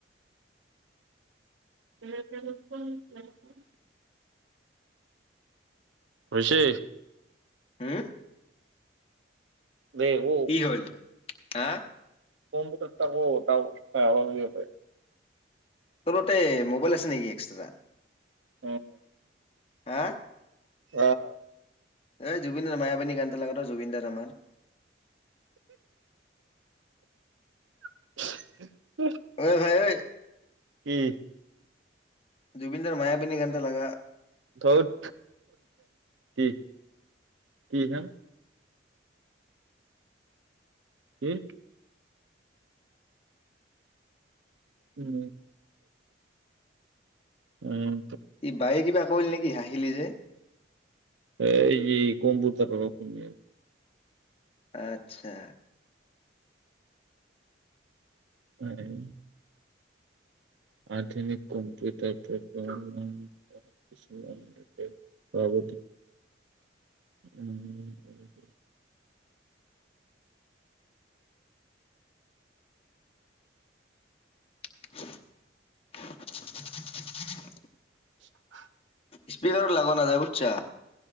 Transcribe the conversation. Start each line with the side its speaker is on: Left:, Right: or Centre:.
Right: এ <unintelligible> হৈছে
Left: হম
Right: দে শু
Left: কি হ'ল হা
Right: কম্পিউটাৰ
Left: তোৰ তাতে মোবাইল আছে নেকি এক্সট্ৰা
Right: অহ
Left: হা
Right: অহ
Left: এই জুবিনৰ মায়াবানী গান ত লগাত জুবিনদাৰ আমাৰ
Right: <inaudible>
Left: অ ভাই ঐ
Right: কি
Left: জুবিন দাৰ মায়াবিনি গানটো টো লাগা
Right: থৌত কি কি এখন কি উম উম
Left: ই বায়ে কিবা কৰিল নেকি হাঁহ হাঁহিলি যে
Right: এই যে কম্বুতাৰ ৰম
Left: আত্ছা
Right: নাই আধুনিক কম্পিউটাৰ প্ৰগ্ৰাম কিছুমান পাৰ্গত এ উম
Left: <inaudible>
Right: <unintelligible>
Left: স্পিকাৰত লাগোৱা নাযায় বুজছা